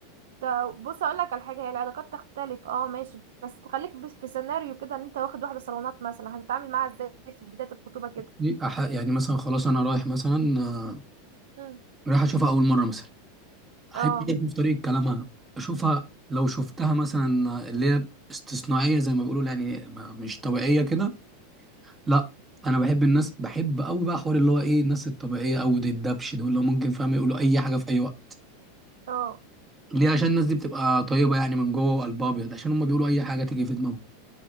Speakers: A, on the right; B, on the right.
A: ط- بص اقول لك على حاجه هي العلاقات تختلف اه ماشي بس خليك بس في سيناريو كده ان انت واخد واحده صالونات مثلا هتتعامل معاها ازاي في بدايه الخطوبه كده
B: دي أح- يعني مثلا خلاص انا رايح مثلا آه،
A: مم.
B: رايح اشوفها اول مره مثلا احب
A: اه
B: اشوف طريقه كلامها اشوفها لو شفتها مثلا اللي هي استثنائيه زي ما بيقولوا يعني ما- مش طبيعيه كده لا انا بحب الناس بحب قوي بقى حوار اللي هو ايه الناس الطبيعيه او دي الدبش دول اللي هو ممكن فاهم يقولوا اي حاجه في اي وقت
A: اه
B: ليه عشان الناس دي بتبقى طيبه يعني من جوه وقلبها ابيض عشان هم بيقولوا اي حاجه تيجي في دماغهم